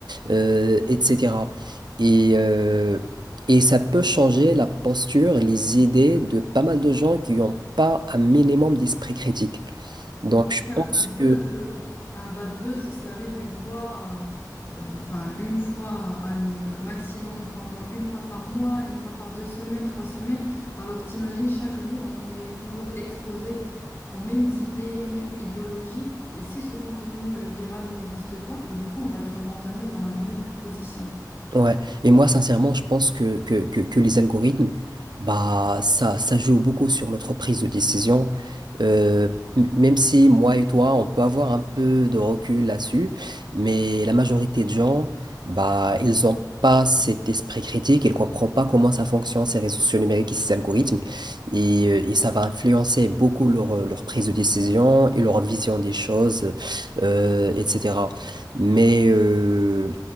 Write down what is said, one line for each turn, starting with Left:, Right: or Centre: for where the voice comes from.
Right: euh, etc. Et, euh, et ça peut changer la posture, les idées de pas mal de gens qui n'ont pas un minimum d'esprit critique.
Left: Mais
Right: Donc, je
Left: C'est un
Right: pense
Left: bad buzz,
Right: que
Left: un bad buzz, ça arrive une fois, euh, euh, enfin une fois, allez, euh, maximum pendant une fois par mois, une fois par deux semaines, trois semaines. Alors t'imagines, chaque jour, on est toujours exposé aux mêmes idées, mêmes idéologies. Et si ce contenu euh, viral n'existe pas, et du coup, on va être renfermé dans la même position.
Right: Ouais, et moi sincèrement, je pense que, que, que, que les algorithmes, bah ça, ça joue beaucoup sur notre prise de décision. Euh, m- même si moi et toi, on peut avoir un peu de recul là-dessus, mais la majorité de gens, bah ils ont pas cet esprit critique, ils comprennent pas comment ça fonctionne ces réseaux sociaux numériques et ces algorithmes, et, euh, et ça va influencer beaucoup leur, euh, leur prise de décision et leur vision des choses, euh, etc. Mais euh,